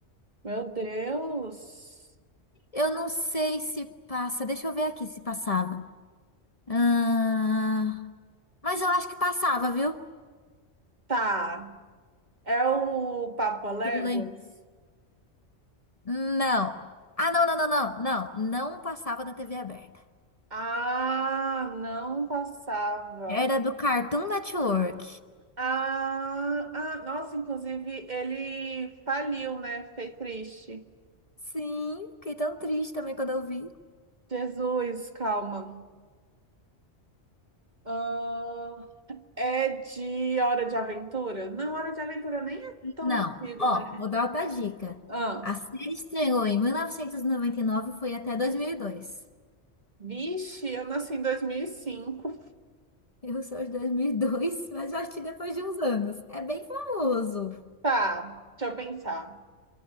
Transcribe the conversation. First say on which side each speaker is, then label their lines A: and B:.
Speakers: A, on the right; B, on the left.
A: meu Deus.
B: Eu não sei se passa. Deixa eu ver aqui se passava. Ah, mas eu acho que passava, viu?
A: Tá. É o Papa Léguas?
B: Que Eu lembro. Não. Ah, não, não, não, não, não. Não passava na TV aberta.
A: Ah, não passava.
B: Era do Cartoon Network.
A: Ah, ah, nossa, inclusive ele faliu, né? Fiquei triste.
B: Sim, fiquei tão triste também quando eu vi.
A: Jesus, calma. Ah, é de Hora de Aventura? Não, Hora de Aventura nem é tão
B: Não,
A: antigo,
B: ó,
A: né?
B: vou dar outra dica.
A: Ah,
B: A série estreou em 1999 e noventa e nove e foi até 2002.
A: vixe, eu nasci em 2005.
B: Eu sou de 2002, <laughs> mas eu assisti depois de uns anos. É bem famoso.
A: Tá, deixa eu pensar.